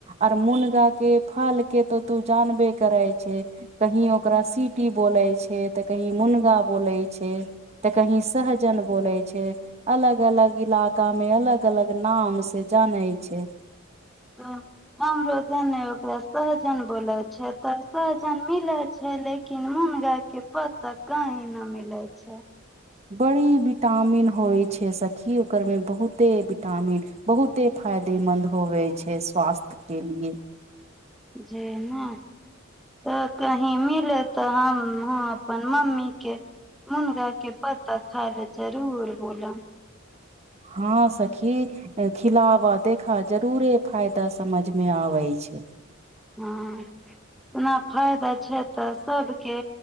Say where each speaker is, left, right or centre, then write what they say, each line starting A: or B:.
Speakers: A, on the right; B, in the centre.
A: आर मुनगा के फल के तऽ तू जानबे करै छै कही ओकरा सीटी बोले छै तऽ कहीं मुनगा बोलै छै तऽ कहीं सहजन बोलै छै अलग अलग इलाका मे अलग अलग नाम से जानै छै
B: तऽ हमरो देने ओकरा सह- -जन बोलै छै तऽ सहजन मिले छै लेकिन मुनगा के पत्ता कही न मिले छै
A: बड़ी विटामिन होइ छै सखि ओकरमे बहुते विटामिन बहुते फायदेमन्द होवै छै स्वास्थ्यके लिए
B: जे नहि तऽ कहीं मिले तऽ हमहूँ अपन मम्मीेके मुनगाके पत्ता खाइ ले जरूर बोलब
A: हँ सखी खिलाव देखह जरूरे फायदा समझमे आबै छै
B: हँ ओना फायदा छै तऽ सबके